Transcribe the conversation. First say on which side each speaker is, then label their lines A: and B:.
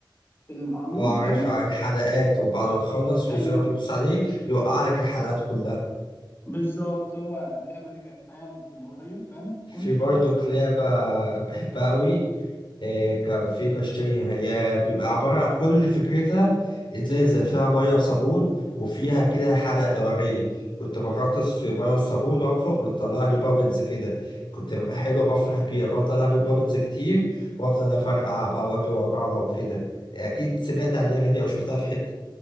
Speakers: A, on the left; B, on the left.
A: في العمود
B: اه عارفها
A: فاهم
B: عارف الحلقات وبعد ما تخلص في
A: ايوه
B: زرار بتدوس عليه بيوقع لك الحلقات كلها
A: بالظبط هو اللعبة دي كانت معايا من قريب فاهم
B: في
A: كنتش
B: برضو
A: بلعب
B: لعبة بحبها قوي آه، كان في بشتريها هي بيبقى عبارة عن كل فكرتها إزازة فيها مية بصابون وفيها كده حلقة دورية كنت بغطس في مية والصابون وأنفخ بتطلع لي بابلز كده كنت ببقى حلو بفرح بيها بفضل أعمل بابلز كتير وأفضل أفرقع بقى وأجري وراها وكده أكيد سمعت عن اللعبة دي أو شفتها في حتة